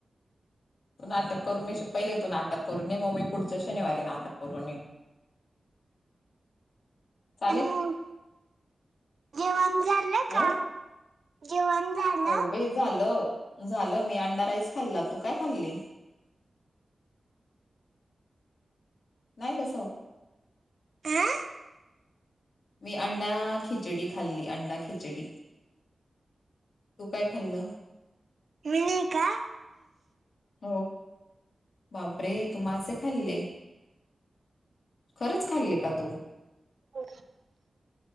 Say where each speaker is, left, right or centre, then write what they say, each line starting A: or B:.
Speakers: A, on the left; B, on the right.
A: तू नाटक करून ने पहिले तू नाटक करून येे मग मी पुढच्या शनिवारी नाटक करून येईल चालेच
B: आणि जेवण झालं
A: हो
B: का? जेवण झालं
A: हो बाई झालं झालं मी अंडा राईस खाल्ला तू काय खाल्ली नाही कास
B: आ
A: मी अं्डा खिचडी खाल्ली अं्डा खिचडी तू काय खाल्लं
B: विनका
A: हो बाबरे तु माझ खाल्ले खरंच खाल्ले का तू
B: हो